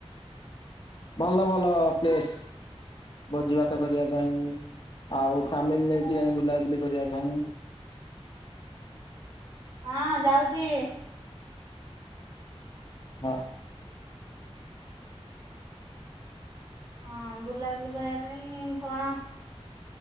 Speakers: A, on the left; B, on the right.
A: ଭଲ ଭଲ ପ୍ଲେସ୍ ଭୋଜିଭାତ କରିବା ପାଇଁ ଆଉ ଫ୍ୟାମିଲ ନେଇକି ଯାଇ ବୁଲାବୁଲି କରିବା ପାଇଁଁ।
B: ହଁ ଯାଉଛି।
A: ହଁ।
B: ହଁ ବୁଲା ବୁଲି କରିବା ପାଇଁ କଣ